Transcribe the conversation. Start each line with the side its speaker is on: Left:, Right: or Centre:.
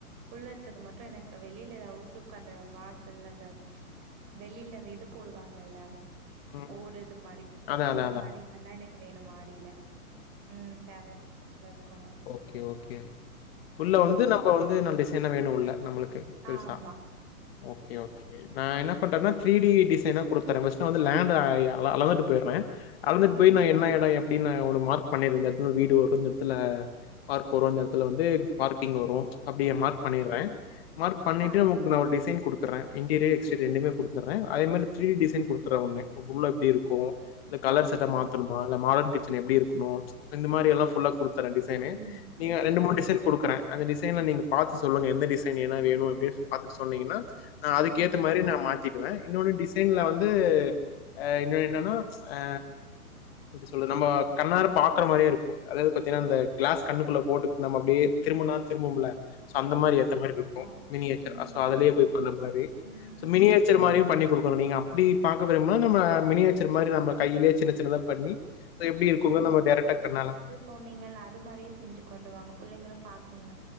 Right: உள்ள இருக்கறத மட்டும் எனக் வெளியில அவுட்லுக் அந்த வாசல் அந்த வெளியில அந்த இது போடுவாங்கல்ல
Left: ம்,
Right: ஓடு
Left: ம்.
Right: இது மாரி
Left: அதான்,
Right: அந்த
Left: அதான், அதான்.
Right: மாரி இதெல்லா எனக்கு வேணு மாடில ம் கேரளா கெட்டப்ல இருக்கணு
Left: ஓகே, ஓகே. உள்ள வந்து நம்ப வந்து ந டிசைனா வேணு உள்ள நம்மளுக்கு பெருசா.
Right: ஆமா
Left: ஓகே, ஓகே நா என்ன பண்றேன்னா த்ரீடி டிசைனா குடுத்தற ஃபஸ்ட்டு வந்து லேண்டு நா அ எ அளந்துட்டு போய்றே அளந்துட்டு
Right: ம்.
Left: போயி நா என்ன எடோ எப்டின்னு நா ஒரு மார்க் பண்ணிற இந்த எடத்துல வீடு வரு இந்த எடத்துல பார்க் வரு அந்த எடத்துல வந்து பார்க்கிங் வரு அப்டியே மார்க் பண்ணிறே மார்க் பண்ணிட்டு
Right: ஆ,
Left: உனக்கு நா ஒரு டிசைன் குடுத்துர்றே இன்டீரியர் எக்ஸ்டீரியர் ரெண்டுமே குடுத்துர்றே அதே மாரி த்ரி டிசைன் குடுத் அப்றோ ஒன்னு உள்ள எப்டி இருக்கு இல்ல கலர்ஸ் செட்ட
Right: ஆ.
Left: மாத்தணுமா இல்ல மாடதிட் கிச்சன் எப்டி இருக்கணு இந்த மாரி எல்லா புல்லா குடுத்துர்றே டிசைனு
Right: ம்.
Left: நீங்க
Right: சரிப்பா.
Left: ரெண்டு மூணு டிசைன் குடுக்குறே அந்த டிசைன நீங்க பாத்து சொல்லுங்க எந்த டிசைன் என்ன வேணு அப்டின்னு பாத்துட்டு சொன்னீங்கன்னா நா அதுக்கேத்த
Right: ம்.
Left: மாரி நா மாத்திட்டுவே இன்னொன்னு டிசைன்ல வந் த்து அ இன்னொனு என்னனா அ எப்டி சொல்றது நம்போ கண்ணாற பாக்குற மாரியே இருக்கு அதாது பாத்தீங்கன்னா இந்த க்ளாஸ் கண்ணுக்குள்ள போட்டுகுட் நம்ப அப்டியே திரும்புனா திரும்புவோம்ல சோ அந்த
Right: ஓ!
Left: மாரி
Right: சூப்பர்ப்பா.
Left: ஏத்த மாரி இருக்கு மினியேச்சர்
Right: ம்.
Left: அ சோ அதுலயே
Right: பரவாயில்லைங்க.
Left: உக்காந்த மாரி
Right: ம்.
Left: சோ மினியே யேசர் மாரியு பண்ணி குடுக்குறோ நீங்க அப்டி பாக்க விரும்புனா நம்ம மினியேச்சர் மாரி நம்ம கையிலே சின்ன சின்னதா பண்ணி அது எப்டி இருக்குங்கனு நம்ம டெரக்ட்டா கண்ணால
Right: சொன்னிங்கல அது மாரியு செஞ்சு கொண்டு வாங்க புள்ளைங்களு பாக்குங்க